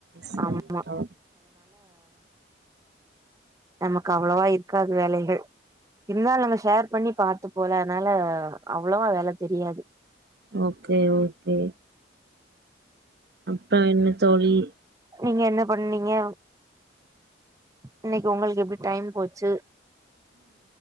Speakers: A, on the right; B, on the right.
A: சரி
B: ஆமா
A: தோ
B: அம்ம அவ்வளவா இருக்காது வேலைகள் இருந்தாலும் நாங்க ஷேர் பண்ணிப்பாத்து இவ்ள நாளா அ அவ்வளவா வேல தெரியாது
A: ஓக்கே ஓக்கே அப்ற என்ன தோழி
B: நீங்க என்ன பன்னீங்கே இன்னிக் உங்களுக் எப்டி டைம் போச்சு